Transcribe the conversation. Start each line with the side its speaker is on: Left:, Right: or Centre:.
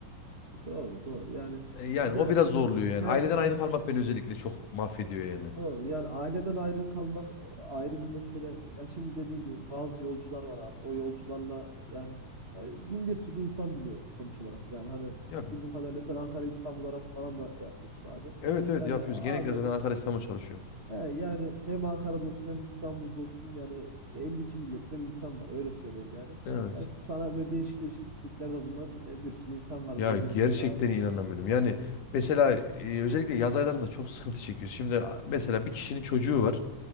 Right: E, doğru, doğru. Yani
Left: E, yani
Right: bir de
Left: o biraz zorluyor
Right: hem
Left: yani. Aileden ayrı kalmak beni özellikle çok mahvediyor yani.
Right: Doğru. Yani aileden ayrı kalmak e, ayrı bir mesele. Ya şimdi dediğin gibi bazı yolcular var abi. O yolcularla yani, yani bin bir türlü insan biniyor sonuç olarak. Yani hani
Left: Ya
Right: bildiğim kadarıyla sen Ankara İstanbul arası falan da yapıyorsun abi.
Left: evet evet
Right: Yani
Left: yapıyoruz.
Right: abi
Left: Genellikle zaten Ankara İstanbul çalışıyorum.
Right: he, yani hem Ankara'da olsun hem İstanbul'da olsun yani 52 milletten insan var. Öyle söyleyeyim yani.
Left: Evet.
Right: Ya sana böyle değişik değişik isteklerde bulunan e, bir sürü insan vardır
Left: Ya
Right: eminim
Left: gerçekten
Right: yani abi.
Left: inanamıyorum. Yani mesela e, özellikle yaz aylarında çok sıkıntı çekiyoruz. Şimdi a- mesela bir kişinin çocuğu var.